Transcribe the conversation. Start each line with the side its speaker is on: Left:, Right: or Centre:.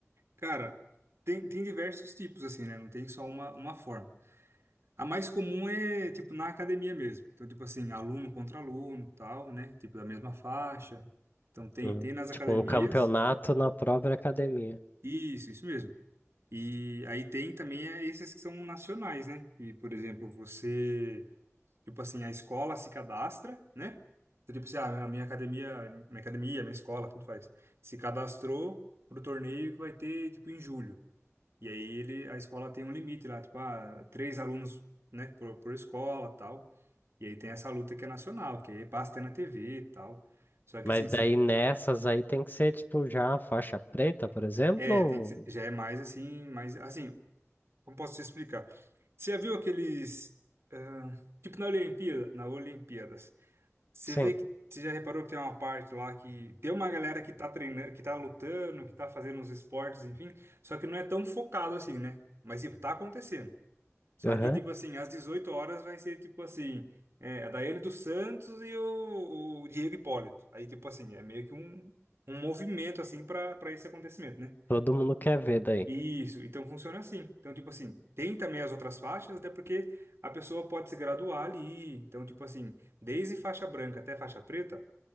Right: Cara, tem, tem diversos tipos, assim, né? Não tem só uma, uma forma. A mais comum é, tipo, na academia mesmo. Então, tipo assim, aluno contra aluno, tal, né? Tipo, da mesma faixa. Então, tem,
Left: Hum.
Right: tem nas academias.
Left: tipo um campeonato na própria academia.
Right: Isso, isso mesmo. E aí tem também é, esses que são nacionais, né? E, por exemplo, você... Tipo assim, a escola se cadastra, né? Então, tipo assim, ah, a minha academia, minha academia, minha escola, tanto faz, se cadastrou pro torneio que vai ter, tipo, em julho. E aí ele, a escola tem um limite lá, tipo, ah, três alunos, né, por, por escola, tal. E aí tem essa luta que é nacional, que aí passa até na TV e tal. Só que
Left: Mas
Right: assim, se-
Left: daí nessas aí tem que ser tipo já faixa preta, por exemplo?
Right: é,
Left: Ou...
Right: tem que, ser- já é mais assim, mais assim, como posso te explicar? Você já viu aqueles, ah, tipo na Olimpíada, na Olimpíadas, Você
Left: Sim,
Right: vê que você já reparou que tem uma parte lá que tem uma galera que tá treinando, que tá lutando, que tá fazendo os esportes, enfim, só que não é tão focado assim, né? Mas tipo, tá acontecendo. Só
Left: aham.
Right: que tipo assim, às 18 horas vai ser tipo assim, é, a Daiane dos Santos e o, o Diego Hipólito. Aí tipo assim, é meio que um, um movimento assim para para esse acontecimento, né?
Left: Todo mundo quer ver daí.
Right: Isso, então funciona assim. Então tipo assim, tem também as outras faixas, até porque a pessoa pode se graduar ali. Então tipo assim, desde faixa branca até faixa preta